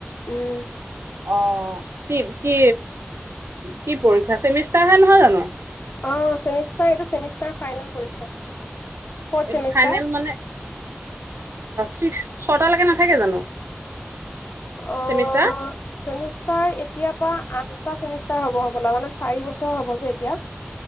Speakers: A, on the left; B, on the right.
A: উম
B: অ' কি কি কি পৰীক্ষা চেমিষ্টাৰ হে নহয় জানো
A: অ', ছেমিষ্টাৰ এইটো, ছেমিষ্টাৰ ফাইনেল পৰীক্ষা। ফৰ্থ
B: এইটো
A: চেমিষ্টাৰ
B: ফাইনেল মানে? ছিক্স ছটালৈকে নাথাকে জানো
A: অ
B: চেমিষ্টাৰ
A: চেমিষ্টাৰ এতিয়া তা আঠটা চেমিষ্টাৰ হব হ'ব ল মানে চাৰি বছৰ হ'ব যে এতিয়া